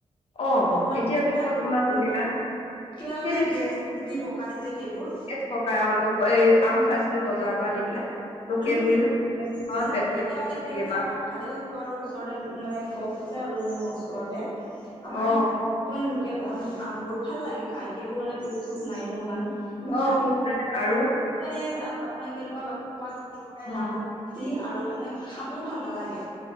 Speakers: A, on the left; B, on the left.
A: অ
B: আপোনাৰ
A: এতিয়া বিলাকত
B: কৰা
A: ইমান
B: পৰি
A: বেয়া
B: যাই কিবা
A: সেইদিনা
B: মানে গেছ। দি পকাই। যে সেইবোৰ
A: পকাই অ এই আম খাইছিলো বজাৰৰ পৰা আনি পেলাই। লোকেল
B: উম
A: বুলি
B: উম
A: ভাবি পেলাই ইমান
B: নাই
A: পেটটো
B: এতিয়া
A: বিষাইছিল
B: মানে কি হৈছে
A: মাছ
B: আমাৰ ভালে হৈছে আৰু ওচৰতে। মানে গছ আছে আৰু মোৰ ওচৰতে আমাৰ
A: অ
B: নহয় কি। লোকেল আম আমবোৰ ভাল লাগে খাই সেইবোৰ মানে পোক চোক নায়য়ো ইমান। মিঠা
A: অ
B: কি
A: পোক নাই আৰু
B: মানে আপোনাৰ কেনেকুৱা। কিনি খাই
A: অ।
B: দামো বেছি আৰু তাৰমানে খাবও ভাল নালাগে